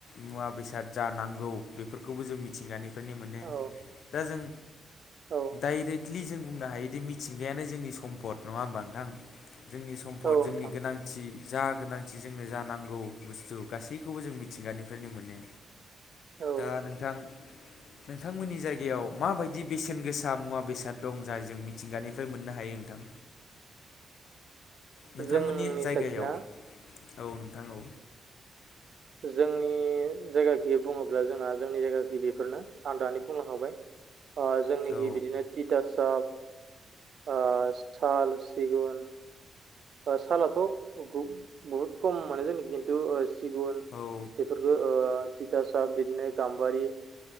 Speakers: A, on the left; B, on the right.
A: मुवा बेसाद जा नांगौ बेफोरखौबो जों मिथिंगानि बेफोरनो मोनो
B: औ
A: दा जों
B: औ
A: डाइरेक्टलि जों बुंनो हायोदि मिथिंगायानो जोंनि सम्पद नङा होमबा नोंथां जोंनि सम्फद
B: औ नोंथां
A: जोंनि गोनांथि जा गोनांथि जोंनो जा नांगौ बुस्थु गासैखौबो जों मिथिंगानिफ्रायनो मोनो
B: औ
A: दा नोंथां नोंथांमोननि जायगायाव माबायदि बेसेन गोसा मुवा बेसाद दं जाय जों मिथिंगानिफ्राय मोननो हायो नोंथां नोंथांमोननि
B: जोंनि
A: जायगायाव
B: साखिना
A: औ नोंथां औ
B: जोंनि जायगाखि बुङोब्ला जोंहा जोंनि जायगाखि बेफोरनो आं दानि बुंलांखाबाय ओ जोंनिखि
A: औ
B: बिदिनो तिथासाब आ साल सिगुन ओ सालाथ' ओगु बहुत खम माने जि <unintelligible> सिगुन
A: औ
B: बेफोरखौ ओ थिथासा बिदिनो गाम्बारि